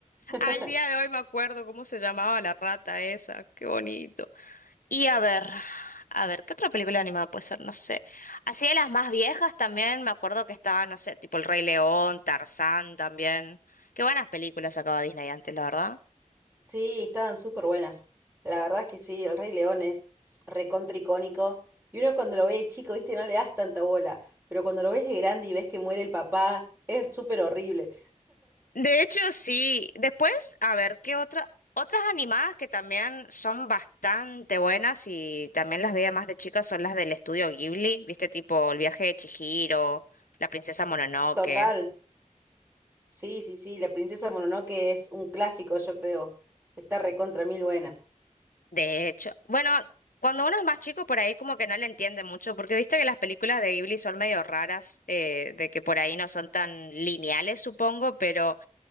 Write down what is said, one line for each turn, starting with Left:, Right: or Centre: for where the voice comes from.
Right: <laughs>
Left: Al día de hoy me acuerdo cómo se llamaba la rata esa, qué bonito. Y a ver, a ver, ¿qué otra película animada puede ser? No sé. Así de las más viejas también me acuerdo que estaba, no sé, tipo El Rey León, Tarzán también. Qué buenas películas sacaba Disney antes, la verdad.
Right: Sí, estaban súper buenas. La verdad es que sí, el Rey León es s- recontra icónico. Y uno cuando lo ve de chico, viste, no le das tanta bola. Pero cuando lo ves de grande y ves que muere el papá, es súper horrible.
Left: De hecho, sí. Después, a ver, ¿qué otra, otras animadas que también son bastante buenas y también las veía más de chicas son las del estudio Ghibli, ¿viste? Tipo El viaje de Chihiro, La princesa Mononoke.
Right: Total. Sí, sí, sí, la princesa Mononoke es un clásico, yo creo. Está recontra mil buena.
Left: De hecho, bueno, cuando uno es más chico por ahí como que no le entiende mucho, porque viste que las películas de Ghibli son medio raras, eh, de que por ahí no son tan lineales, supongo, pero